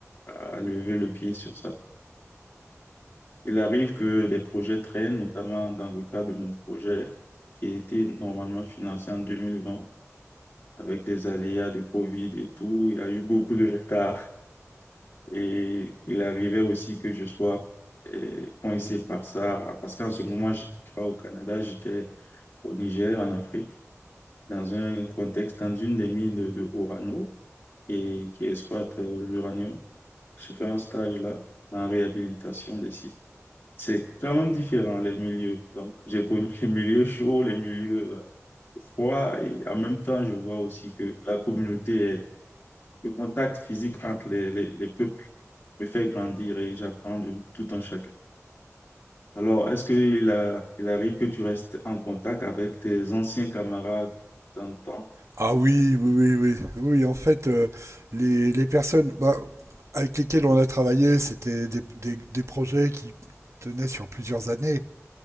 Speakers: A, on the left; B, on the right.
A: à lever le pied sur ça. Il arrive que des projets traînent, notamment dans le cas de mon projet qui a été normalement financé en 2020. avec les aléas de Covid et tout, il y a eu beaucoup de retard et il arrivait aussi que je sois euh, coincé par ça parce qu'en ce moment, j'étais pas au Canada, j'étais au Niger, en Afrique, dans un contexte, dans une des mines de, de Orano et qui exploite euh, l'uranium. Je fais un stage là en réhabilitation des sites. C'est quand même différent, les milieux. Donc, j'ai connu les milieux chauds, les milieux euh, froids, et en même temps, je vois aussi que la communauté le contact physique entre les, les, les peuples me fait grandir et j'apprends de tout en chacun. Alors, est-ce qu'il a, il arrive que tu restes en contact avec tes anciens camarades dans le temps?
B: Ah oui, oui, oui, oui. Oui, en fait, euh, les, les personnes bah, avec lesquelles on a travaillé, c'était des, des- des projets qui tenaient sur plusieurs années.